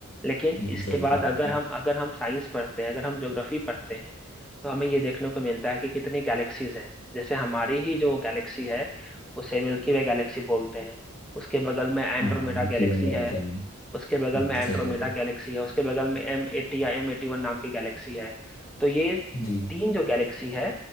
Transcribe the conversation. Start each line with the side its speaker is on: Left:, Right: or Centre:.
Centre: लेकिन
Left: ये तो
Centre: इसके
Left: सही
Centre: बाद
Left: कहा
Centre: अगर
Left: आपने
Centre: हम अगर हम साइंस पढ़ते हैं अगर हम ज्योग्राफी पढ़ते हैं तो हमें ये देखने को मिलता है कि कितनी गैलेक्सीज हैं जैसे हमारी ही जो गैलेक्सी है उसे मिल्की वे गैलेक्सी बोलते हैं उसके बगल में एंड्रोमेडा
Left: हाँ मिल्की
Centre: गैलेक्सी
Left: वे में रहते
Centre: है
Left: हैं
Centre: उसके
Left: हम्म,
Centre: बगल में एंड्रोमेडा
Left: सही कह रहे हो
Centre: गैलेक्सी है उसके बगल में एम एटी या एम एटी वन नाम की गैलेक्सी है तो ये
Left: जी
Centre: तीन जो गैलेक्सी है